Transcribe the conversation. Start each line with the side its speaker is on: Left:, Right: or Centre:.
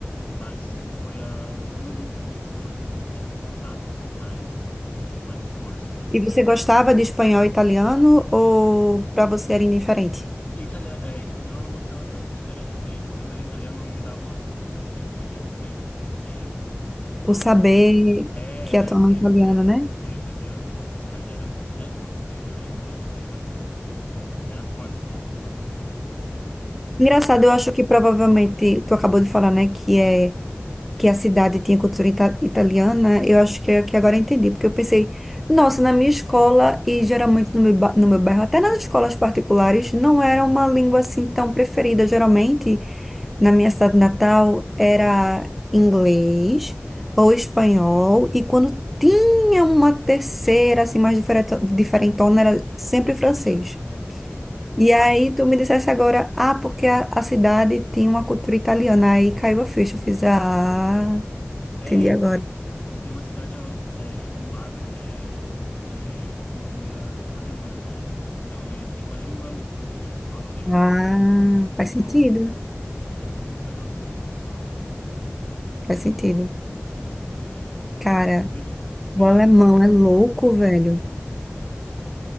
Left: mas foi as duas únicas línguas que eu tive contato, assim, mais, com mais força.
Centre: E você gostava de espanhol e italiano ou para você era indiferente?
Left: Italiano, espanhol eu não gostava tanto, acho que era indiferente, assim, mas italiano me dava uma sensação de pertencimento, assim, de
Centre: Por
Left: como
Centre: saber
Left: a gente é,
Centre: que a
Left: e
Centre: tua
Left: assim,
Centre: mãe é
Left: a
Centre: italiana,
Left: gente é de uma
Centre: né?
Left: cultura italiana, a cidade era de, é de uma cultura italiana, então a gente tinha bastante. Uhum. Era forte essa questão da cultura, então.
Centre: Engraçado, eu acho
Left: eu
Centre: que
Left: gostava.
Centre: provavelmente tu acabou de falar, né, que é que a cidade tinha cultura ita- italiana, eu acho que, que agora eu entendi, porque eu pensei, nossa, na minha escola e geralmente no meu, ba- no meu bairro, até nas escolas particulares, não era uma língua assim tão preferida. Geralmente, na minha cidade natal, era inglês ou espanhol, e quando tinha uma terceira, assim, mais diferente, diferentona, era sempre francês.
Left: É, sempre francesa. né?
Centre: E aí tu me dissesse agora, ah, porque a, a cidade tinha uma cultura italiana, aí caiu a ficha, eu fiz, ah...
Left: É,
Centre: Entendi agora.
Left: e, e tem uma cidade ó, é, do lado que é de cultura alemã, né? Então eles têm o alemão na escola, além do
Centre: Ah,
Left: inglês, além do espanhol.
Centre: faz sentido.
Left: E é muito legal, assim, porque o pessoal, o pessoal
Centre: Faz sentido.
Left: gosta, assim. E é uma
Centre: Cara,
Left: língua dif diferente
Centre: o alemão
Left: do do
Centre: é louco,
Left: usual.
Centre: velho.
Left: Uhum.